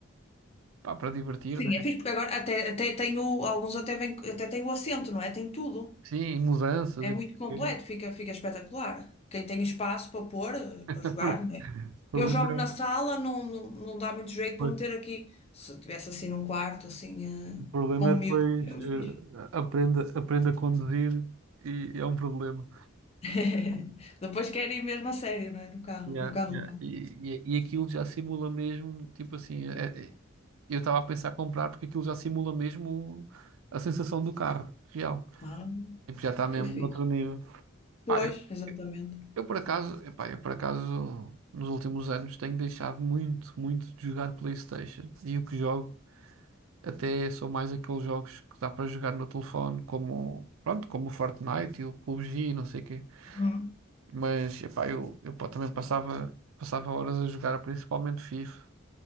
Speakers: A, on the right (about 80°); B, on the left (about 30°).
A: pá, para divertir,
B: Sim,
A: né?
B: é fixe porque agora até, até tenho alguns até vem, até tenho o assento, não é? Tem tudo.
A: Sim, e mudanças
B: É
A: e
B: muito
A: não sei
B: completo,
A: o quê.
B: fica, fica espetacular. Quem tem espaço para pôr, eh,
A: <laughs>
B: para jogar, não é?
A: O problema
B: Eu jogo na
A: é,
B: sala, não, não, não dá muito jeito
A: pois,
B: para meter aqui. Se tivesse assim num quarto, assim, eh,
A: o problema
B: para um
A: é depois
B: miúdo, é muito
A: eh,
B: fixe.
A: aprenda aprende a conduzir e é um problema.
B: <laughs> Depois quero ir mesmo a sério, não é? No carro,
A: Yeah,
B: no carro
A: yeah.
B: do pai.
A: E, e, e aquilo já simula mesmo, tipo assim, é- é- eu estava a pensar comprar porque aquilo já simula mesmo a sensação do carro real.
B: Ah,
A: Tipo, já está mesmo
B: que fixe.
A: noutro nível. Pá,
B: Pois,
A: eu,
B: exatamente.
A: eu por acaso, epá, eu por acaso, nos últimos anos tenho deixado muito, muito de jogar PlayStation. E o que jogo até são mais aqueles jogos que dá para jogar no telefone, como, pronto, como o Fortnite e o PUBG e não sei o quê.
B: Hum.
A: Mas, epá, eu, eu pá, também passava, passava horas a jogar, principalmente FIFA.